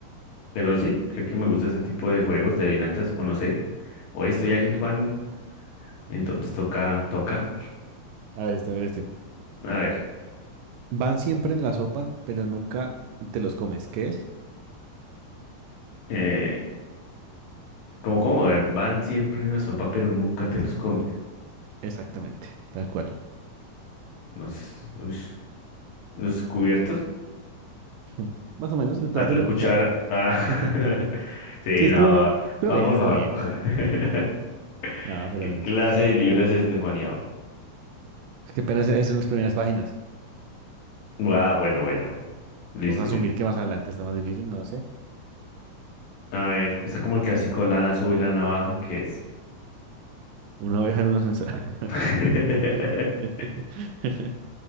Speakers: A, on the left (about 90°); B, on the right (about 80°).
A: Pero sí, creo que me gusta este tipo de juegos de adivinanzas, o no sé. Hoy estoy ágil, Juan. Entonces toca, toca.
B: A ver, este, a ver, este.
A: A ver,
B: Van siempre en la sopa, pero nunca te los comes. ¿Qué es?
A: eh, Como, como, a ver, van siempre en la sopa, pero nunca te los comes.
B: Exactamente, tal cual.
A: Los, ush, los cubiertos,
B: <laughs> Más o menos el plato
A: la, la
B: y la
A: cuchara.
B: cuchara.
A: Ah.
B: <laughs>
A: <laughs> Sí,
B: Sí, estuvo,
A: no.
B: estuvo
A: Juan,
B: bien,
A: por
B: estuvo
A: favor.
B: bien.
A: <laughs>
B: No, pero
A: ¿Qué clase
B: es,
A: de libro es este, Juaniao?
B: es que apenas es en las primeras páginas.
A: Ah, ah, bueno, bueno, bueno. Listo,
B: Vamos a asumir
A: listo.
B: que más adelante está más difícil, no lo sé.
A: A ver, está como el clásico lana sube y lana baja, ¿qué es?
B: Una oveja en un ascensor.
A: <laughs>
B: <laughs>